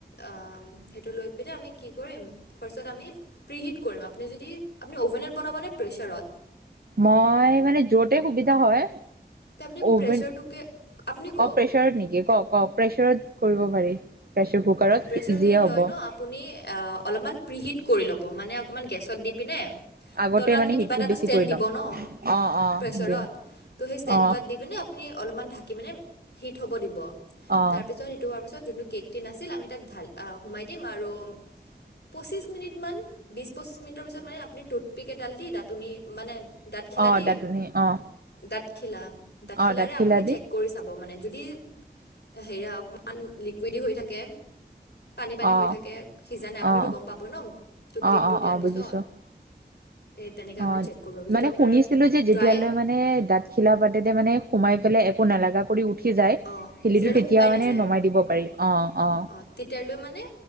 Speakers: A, on the left; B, on the right.
A: আ সেইটো লৈ পিনে আমি কি কৰিম ফাৰ্ষ্টত আমি প্ৰিহিত কৰিম, আপুনি যদি আপুনি অভেনত বনাব নে প্ৰেছাৰত?
B: মই মানে য'তে সুবিধা হয়,
A: তে আপুনি
B: অভেন
A: প্ৰেছাৰটোকে আপুনি কওক
B: অ প্ৰেছাৰত নেকি কওক কওক প্ৰেচাৰত কৰিব পাৰি প্ৰেছাৰ কুকাৰত
A: অ প্ৰেছাৰ
B: ইজিয়ে
A: যদি
B: হ'ব।
A: লয় ন আপুনি এ অলপমান প্ৰিহিত কৰি ল'ব, মানে অকণমান গেছত দি পিনে
B: আগতে
A: তলত আপুনি
B: মানে হিটটো
A: কিবা এটা
B: বেছি
A: ষ্টেণ্ড
B: কৰি
A: দিব
B: ল'ম
A: ন
B: অ', অ',
A: প্ৰেছাৰত,
B: দিম
A: ত সেই ষ্টেণ্ড
B: অ',
A: পাত পিনে আপুনি অলপমান ঢাকি মানে হিট হ'ব দিব,
B: অ',
A: তাৰপিছত সেইট হোৱাৰ পিছত যোনটো কেক টিন আছিল আমি তাক ঢাল সোমাই দিম আৰু পঁচিছ মিনিটমান, বিছ পঁচিছ মিনিটৰ পিছত মানে আপুনি টুথপিক এডাল দি দাতনি মানে দাঁতখিলা
B: অ',
A: দি,
B: দাতনি অ',
A: দাঁতখিলা, দাঁতখিলাৰে
B: অ', দাঁতখিলা
A: আপুনি
B: দি
A: চেক কুৰি চাবো মানে যদি হেই হা অকমান লিকুৱেদি হৈ থাকে পানী পানী
B: অ',
A: হৈ থাকে, সিজা নাই আপুনিতো
B: অ',
A: গম পাব ন টুথপিকটো
B: অ', অ',
A: দিয়াৰ
B: অ',
A: পিছত।
B: বুজিছোঁ
A: এ তেনেকে
B: অ
A: আপুনি চেক কৰিব, যদি
B: মানে
A: আপোনাৰ
B: শুনিছিলো যে যেতিয়ালৈ
A: ড্ৰাই
B: মানে দাঁত
A: অঁ
B: খিলা পাতে মানে সোমাই পেলে একো নালাগা কৰি উঠি উঠি যায়
A: অঁ
B: শিলিটো
A: যেতিয়ালৈ
B: তেতিয়া
A: শুকাই
B: মানে
A: নাযায়
B: নমাই
A: আৰু
B: দিব পাৰি।
A: অঁ
B: অ অ।
A: অঁ তেতিয়ালৈ মানে